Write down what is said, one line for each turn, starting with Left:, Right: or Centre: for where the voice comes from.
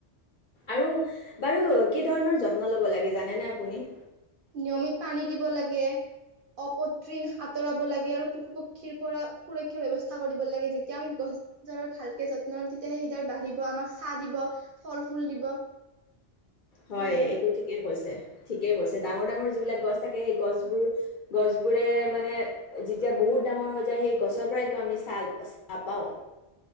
Left: আৰু বাৰু কি ধৰণৰ যত্ন ল'ব লাগে জানেনে আপুনি?
Right: নিয়মিত পানী দিব লাগে অপত্ৰিণ আঁতৰাব লাগে আৰু পশু পক্ষীৰ পৰা সুৰক্ষাৰ ব্যৱস্থা কৰিব লাগে যেতিয়া আমি গছ ডাল ভালকে যত্ন লম তেতিয়াহে সেইডাল বাঢ়িব আমাক চাহ দিব ফল ফুল দিব।
Left: হয়
Right: নহয় নে
Left: এইটো
Right: বাৰু?
Left: ঠিকে কৈছে, ঠিকে কৈছে, ডাঙৰ ডাঙৰ যিবিলাক গছ থাকে সেই গছবোৰ গছবোৰে মানে যেতিয়া বহুত ডাঙৰ হৈ যায় সেই গছৰ পৰাইটো আমি চাল চাহ পাওঁ।